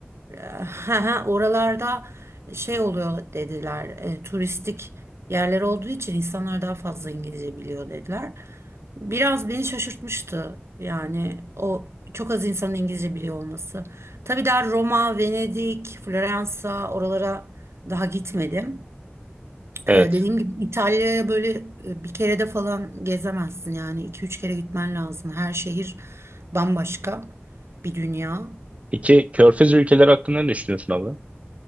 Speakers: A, on the right; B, on the right.
A: Eee, Oralarda şey oluyor dediler, e, turistik yerler olduğu için insanlar daha fazla İngilizce biliyor dediler. Biraz beni şaşırtmıştı yani o çok az insanın İngilizce biliyor olması. Tabii daha Roma, Venedik, Floransa oralara daha gitmedim.
B: Evet.
A: Eee, dediğim gibi İtalya'ya böyle e, bir kere de falan gezemezsin yani iki üç kere gitmen lazım. Her şehir bambaşka bir dünya.
B: İki, Körfez ülkeleri hakkında ne düşünüyorsun abi?